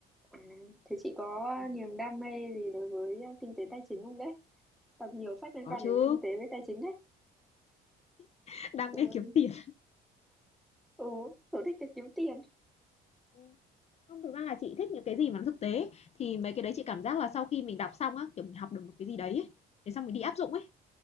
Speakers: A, in the centre; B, on the left.
A: à, thế chị có
B: Ờ,
A: niềm đam mê gì đối với à, kinh tế tài chính không đấy? Đọc nhiều sách liên
B: có
A: quan
B: chứ,
A: đến kinh tế với tài chính đấy.
B: <laughs> đam
A: Ôi,
B: mê kiếm tiền.
A: ừ, sở thích là kiếm tiền.
B: Ừ. không, thực ra là chị thích những cái gì mà nó thực tế, thì mấy cái đấy chị cảm giác là sau khi mình đọc xong á, kiểu, mình học được một cái gì đấy ấy, thế xong mình đi áp dụng ấy,